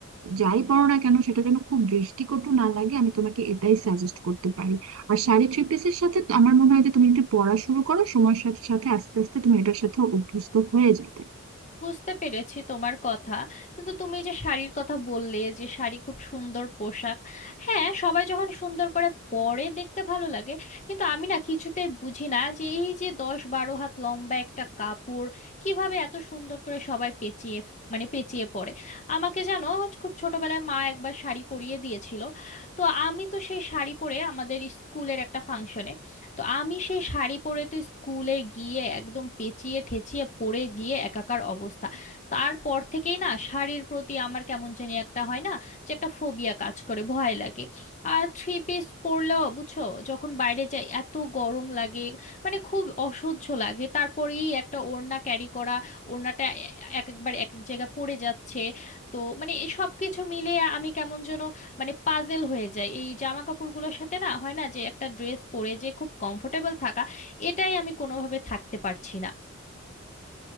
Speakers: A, on the right (about 75°); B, on the left (about 35°).
A: যাই পরো না কেন সেটা যেন খুব দৃষ্টিকটু না লাগে আমি তোমাকে এটাই সাজেস্ট করতে পারি আর শাড়ি থ্রি পিসের সাথে তো আমার মনে হয় যে তুমি যদি পড়া শুরু করো সময়ের সাথে সাথে আস্তে আস্তে তুমি এটার সাথে অভ্যস্ত হয়ে যাবে
B: বুঝতে পেরেছি তোমার কথা কিন্তু তুমি যে শাড়ির কথা বললে যে শাড়ি খুব সুন্দর পোশাক হ্যাঁ সবাই যখন সুন্দর করে পরে দেখতে ভালো লাগে কিন্তু আমি না কিছুতে বুঝি না যে এই যে দশ বারো হাত লম্বা একটা কাপড় কিভাবে এত সুন্দর করে সবাই পেঁচিয়ে মানে পেঁচিয়ে পরে আমাকে জানো খুব ছোটবেলায় মা একবার শাড়ি পরিয়ে দিয়েছিল তো আমি তো সেই শাড়ি পরে আমাদের স্কুলের একটা ফাংশনে তো আমি সেই শাড়ি পরে তো স্কুলে গিয়ে একদম পেঁচিয়ে ঠেচিয়ে পরে গিয়ে একাকার অবস্থা তারপর থেকেই না শাড়ির প্রতি আমার কেমন জানি একটা হয় না যে একটা ফোবিয়া কাজ করে ভয় লাগে আর থ্রি পিস পরলেও বুঝছো যখন বাইরে যাই এত গরম লাগে মানে খুব অসহ্য লাগে তারপরেই একটা ওড়না ক্যারি করা ওড়নাটা এ- এক একবার এক এক জায়গায় পড়ে যাচ্ছে তো মানে সবকিছু মিলে আমি কেমন যেন মানে পাজেল হয়ে যায় এই জামা কাপড়গুলোর সাথে না হয় না যে একটা ড্রেস পরে যে খুব কমফোর্টেবল থাকা এটাই আমি কোনোভাবে থাকতে পারছি না